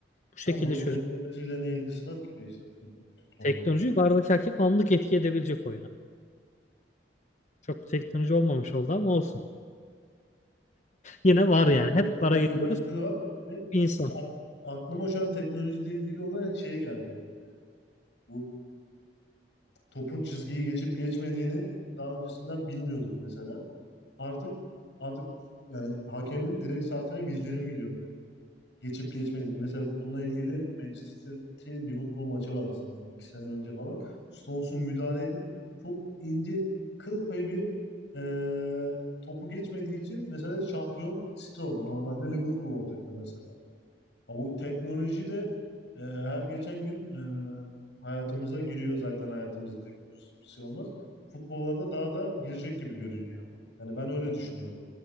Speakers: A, on the left (about 40°); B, on the left (about 85°).
A: Bu şekilde
B: Ha, bunun
A: çözüm.
B: teknolojiyle ne ilgisi var ki 5 dakika tutmanın?
A: Teknoloji VAR'daki hakem anlık etki edebilecek oyunu. Çok bir teknoloji olmamış oldu ama olsun. Yine var yani.
B: Yok,
A: Hep VAR'a
B: bence,
A: geliyoruz.
B: bence de var. Ve
A: Bir insan.
B: a- aklıma şu an teknolojiyle ilgili olarak şey geldi. Bu topun çizgiyi geçip geçmediğini daha öncesinden bilmiyorduk mesela. Artık artık yani hakemin direkt saatine bildirim gidiyor böyle. geçip geçmediğini. Mesela bununla ilgili Manchester City Liverpool maçı vardı sanırım 2 sene önce falan. Stones'un müdahale edip çok ince kıl payı bir e, topu geçmediği için mesela şampiyon City oldu. Normalde Liverpool olacaktı mesela. Ama bu teknoloji de e, her geçen gün e, hayatımıza giriyor. Zaten hayatımızda teknolojisi bir şey olmaz. Futbollarda daha da girecek gibi görünüyor. Yani ben öyle düşünüyorum.